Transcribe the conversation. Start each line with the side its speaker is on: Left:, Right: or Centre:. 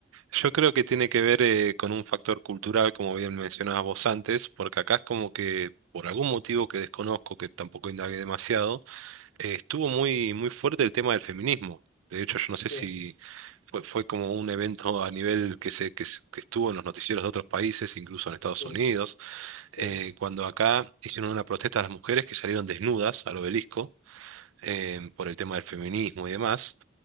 Right: Yo creo que tiene que ver eh, con un factor cultural, como bien mencionabas vos antes, porque acá es como que, por algún motivo que desconozco, que tampoco indagué demasiado, eh, estuvo muy, muy fuerte el tema del feminismo. De hecho, yo no sé
Left: Sí,
Right: si fue, fue como un evento a nivel que, se, que, se- que estuvo en los noticieros de otros países, incluso en Estados
Left: sí,
Right: Unidos,
Left: sí,
Right: eh, cuando acá hicieron una protesta a las mujeres que salieron desnudas al obelisco. eh, por el tema del feminismo y demás.